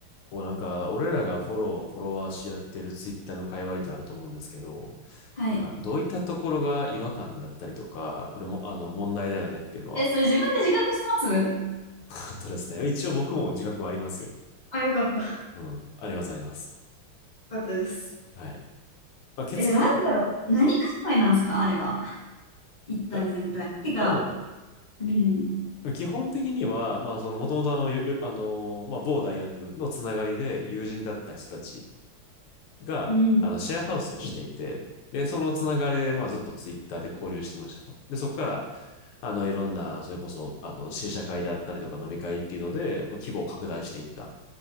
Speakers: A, on the left (about 80°); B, on the left (about 30°).
A: こうなんか、俺らがフォロー、フォロワーし合ってるツイッターの界隈ってあると思うんですけど、
B: はい。
A: なんかどういったところが違和感であったりとか、これもあの問題だよねっていうのは、
B: え、それ自分で自覚してます
A: あとですね、一応僕も自覚はありますよ。
B: あ、よかった。よ
A: うん、ありますあります。
B: かったです。
A: はい。まあ、結論、
B: え、なんだろう。何界隈なんですかあれは。一体全体。
A: な
B: てか、
A: まあでも、
B: うん。
A: 基本的には、まあその、もともとあの、よよあのまあ某大学のつながりで友人だった人たちが、
B: うん、
A: あの、シェアハウスをしていて、で、そのつながりで、まあずっとツイッターで交流してましたと。で、そこから、あの、いろんな、それこそ、あの、試写会だったりとか飲み会っていうので、まあ、規模を拡大していったっ